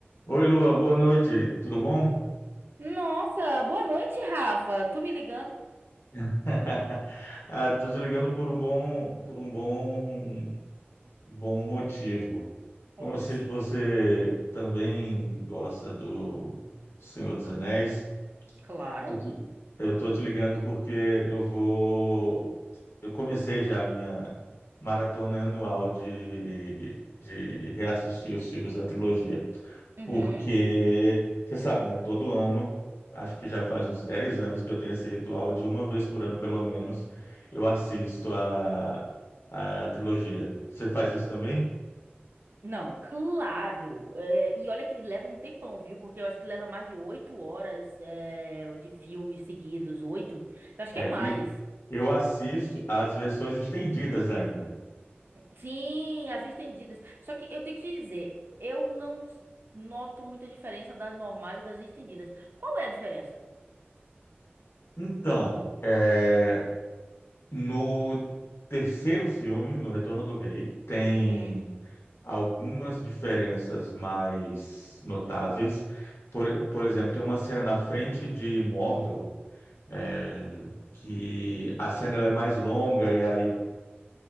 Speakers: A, on the left (about 75°); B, on the right (about 60°).
A: Oi, Lua, boa noite. Tudo bom?
B: Nossa, boa noite, Rafa. Tu me ligando?
A: <laughs> Ah, tô te ligando por um bom, por um bom, bom motivo.
B: Conte.
A: Como eu sei que você também gosta do Senhor dos Anéis,
B: Claro.
A: Tô te- Eu tô te ligando porque eu vou. Eu comecei já a minha maratona anual de, de reassistir os filmes da trilogia.
B: Uhum.
A: Porque, você sabe, né? Todo ano, acho que já faz uns 10 anos que eu tenho esse ritual de uma vez por ano, pelo menos, eu assisto a, a trilogia. Você faz isso também?
B: Não, claro. É, e olha que leva um tempão, viu? Porque eu acho que leva mais de oito horas é, de filmes seguidos. Oito? Eu acho
A: É,
B: que é mais.
A: e eu assisto as versões estendidas ainda.
B: Sim, as estendidas. Só que eu tenho que te dizer, eu não noto muita diferença das normais e das estendidas. Qual é a diferença?
A: Então,
B: Do-
A: é, No terceiro filme, no Retorno do Rei, tem
B: Uhum,
A: algumas diferenças mais notáveis. Por, por exemplo, tem uma cena na frente
B: uhum.
A: de Mordor, é, que a cena ela é mais longa e aí